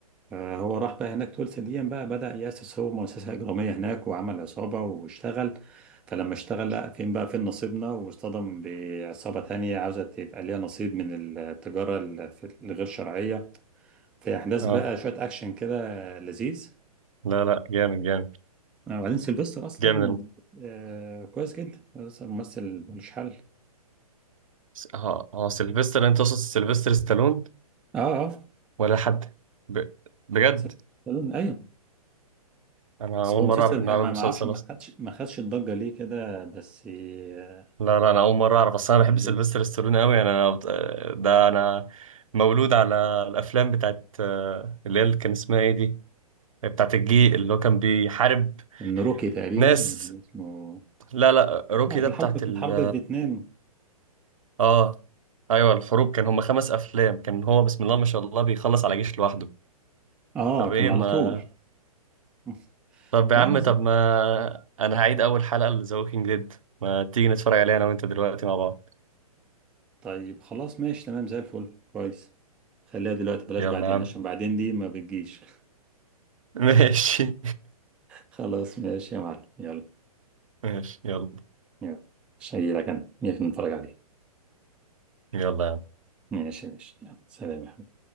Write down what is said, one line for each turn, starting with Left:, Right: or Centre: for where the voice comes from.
Centre: آه هو راح بقى هناك تولسا دي بقى بدأ يأسس هو مؤسسة إجرامية هناك وعمل عصابة واشتغل فلما اشتغل لا فين بقى فين نصيبنا واصطدم بعصابة تانية عاوزة تبقى ليها نصيب من التجارة ال- في- الغير شرعية في احداث
Right: اه
Centre: بقى شويه اكشن كده لذيذ
Right: لا لا جامد جامد
Centre: آه، وبعدين سيلفستر اصلا
Right: جامد الم-
Centre: آه كويس جدا بس ممثل ملوش حل
Right: س- اه اه سيلفستر انت تقصد سيلفستر ستالون
Centre: اه اه
Right: ولا حد ب... بجد
Centre: سيلفستر ايوه
Right: انا
Centre: بس
Right: اول
Centre: هو
Right: مره
Centre: مسلسل
Right: اعرف انه
Centre: بح-
Right: عامل
Centre: ما
Right: مسلسل
Centre: ما اعرفش ما
Right: اصلا
Centre: خدش ما خدش الضجه ليه كده بس آه
Right: لا لا انا اول مره اعرف اصلا انا بحب
Centre: لذيذ
Right: سيلفستر ستالوني قوي يعني انا ده انا مولود على الافلام بتاعت آه، اللي هي اللي كان اسمها ايه دي بتاعت الجي
Centre: أيوة.
Right: اللي هو كان بيحارب
Centre: كان روكي تقريبا
Right: ناس
Centre: ولا كان اسمه
Right: لا لا روكي
Centre: آه
Right: ده
Centre: كان
Right: بتاعت
Centre: حرب كانت
Right: ال
Centre: حرب فيتنام
Right: اه ايوه الحروب كان هما خمس افلام كان هو بسم الله ما شاء الله بيخلص على جيش لوحده
Centre: اه
Right: طب
Centre: كان
Right: ايه
Centre: على
Right: ما
Centre: طول <laughs>
Right: طب يا
Centre: لا
Right: عم
Centre: انا زي
Right: طب ما انا هعيد اول حلقة لذا ووكينج ديد ما تيجي نتفرج عليها انا وانت دلوقتي مع بعض
Centre: طيب خلاص ماشي تمام زي الفل كويس خليها دلوقتي بلاش
Right: يلا
Centre: بعدين
Right: يا عم
Centre: عشان بعدين دي ما بتجيش
Right: <laughs> ماشي
Centre: خلاص ماشي يا معلم يلا
Right: ماشي يلا
Centre: يلا شيلك انا نيجي نتفرج عليه
Right: يلا يا عم.
Centre: ماشي ماشي يلا سلام يا حبيبي